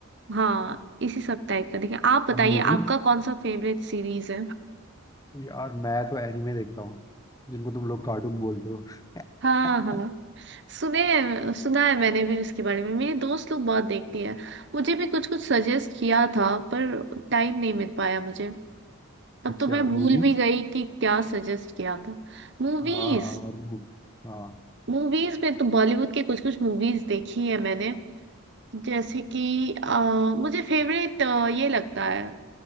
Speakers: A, on the right; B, on the left.
A: हाँ इसी सब टाइप का देखे हैं। आप बताइए
B: और मूवीज
A: आपका कौन सा फेवरेट सीरीज है
B: यार मैं तो एनिमे देखता हूँ जिनको तुम लोग कार्टून बोलते हो
A: हाँ
B: <laughs>
A: हाँ सुने हैं- सुना है मैंने भी उसके बारे में मेरी दोस्त लोग बहुत देखती है मुझे भी कुछ कुछ सजेस्ट किया था पर टाइम नहीं मिल पाया मुझे अब
B: अच्छा
A: तो मैं
B: और
A: भूल
B: मूवीज
A: भी गई कि क्या सजेस्ट किया था मूवीज
B: हाँ हाँ, और मू- हाँ
A: मूवीज में तो बॉलीवुड के कुछ कुछ मूवीज देखी है मैंने जैसे कि अ, मुझे फेवरेट ये लगता है